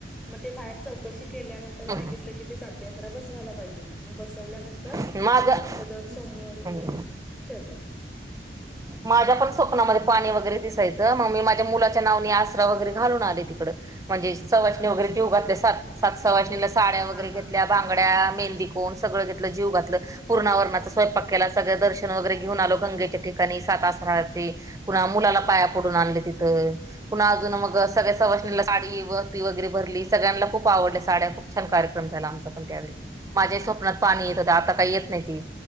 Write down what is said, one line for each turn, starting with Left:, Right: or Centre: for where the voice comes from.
Centre: मग ते बाहेर चौकशी केल्यानंतर
Right: हम्म
Centre: सांगितलं की ते साती‌आसरं बसवायला पाहिजेत म बस वल्यानंतर
Right: हम्म माझं
Centre: त्या दर सोमवारी
Right: हम्म
Centre: खेळतात.
Right: माझ्या पण स्वप्नामध्ये पाणी वगैरे दिसायचं मग मी माझ्या मुलाच्या नावनी आसरा वगैरे घालून आले तिकडं. म्हणजे सवासणी
Centre: हा
Right: वगैरे जेऊ घातले सात, सात सवासणीला साड्या
Centre: हा
Right: वगैरे
Centre: हा
Right: घेतल्या
Centre: हा
Right: बांगड्या मेहंदीकोण सगळं घेतलं जेऊ घातलं, पुरणा वरणाचा स्वयंपाक केला, सगळं दर्शन वगैरे घेऊन आलो गंगेच्या ठिक कानी सात आसराचे, पुन्हा मुलाला पाया
Centre: हा
Right: पडून आणले तिथं. पुन्हा अजून मग
Centre: हा
Right: सगळ्या सवाशणीला साडी वटी वगैरे भरली, सगळ्यांना खूप आवडल्या साड्या खूप छान कार्यक्रम झाला आमचा पण त्यावेळी. माझ्या स्वप्नात
Centre: हा हा
Right: पाणी येत होतं आता काय येत नाही ती,